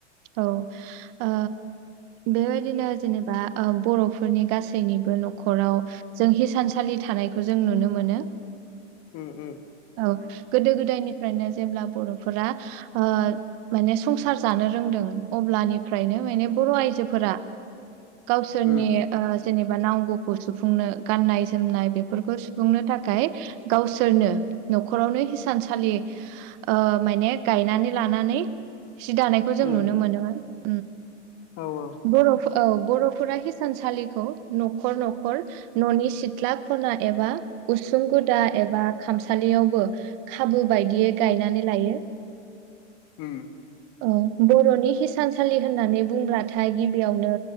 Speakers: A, on the right (about 50°); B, on the left (about 45°).
A: औ ओ बेबायदिनो जेनेबा ओ बर'फोरनि गासैनिबो न'खराव जों हिसानसालि थानायखौ जों नुनो मोनो।
B: उम उम
A: औ गोदो गोदायनिफ्रायनो जेब्ला बर'फोरा ओ माने संसार जानो रोंदों अब्लानिफ्रायनो माने बर' आइजोफोरा गावसोरनि
B: उम
A: ओ जेनेबा नांगौखौ सुफुंनो गाननाय जोमनाय बेफोरखौ सुफुंनो थाखाय गावसोरनो न'खरावनो हिसानसालि ओ मायने गायनानै लानानै सिदानाय खौ जों
B: उम
A: नुनो मोनोमोन।
B: औ औ
A: बर' औ बर'फोरा हिसानसालिखौ न'खर न'खर न'नि सिथ्ला खना एबा उसुं गुदा एबा खामसालियावबो खाबु बायदियै गायनानै लायो।
B: उम
A: ओ बर'नि हिसानसालि होननानै बुंब्लाथाय गिबियावनो